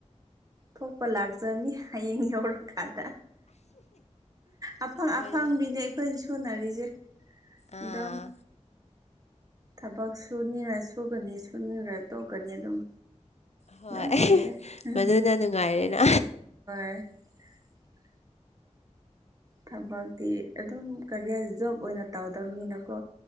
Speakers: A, on the right (about 30°); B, on the left (about 65°).
A: ꯊꯣꯛꯄ ꯂꯥꯛꯆꯅꯤ ꯍꯌꯦꯡ ꯌꯧꯔꯀꯥꯟꯗ ꯑꯪ
B: ꯍꯣꯏꯅꯦ
A: ꯑꯐꯪꯕꯤꯅꯦ ꯑꯩꯈꯣꯏꯅ ꯁꯨꯅꯔꯤꯁꯦ
B: ꯑꯥ
A: ꯗꯣ ꯊꯕꯛ ꯁꯨꯅꯤꯡꯔ ꯁꯨꯒꯅꯤ ꯁꯨꯅꯤꯡꯔ ꯇꯣꯛꯀꯅꯤ ꯑꯗꯨꯝ
B: ꯍꯣꯏ
A: ꯅꯝ ꯂꯩꯗ ꯎꯝ
B: ꯃꯗꯨꯅ ꯅꯨꯡꯉꯥꯏꯔꯦꯅ
A: <unintelligible> ꯊꯕꯛꯇꯤ ꯑꯗꯨꯝ ꯀꯔꯤ ꯖꯣꯕ ꯑꯣꯏꯅ ꯇꯧꯗꯕꯅꯤꯅꯀꯣ